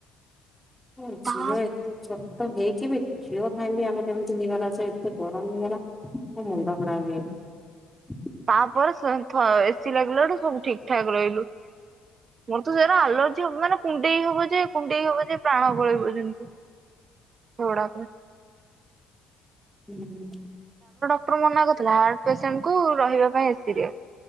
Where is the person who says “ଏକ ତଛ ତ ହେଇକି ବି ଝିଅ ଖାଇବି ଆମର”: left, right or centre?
Centre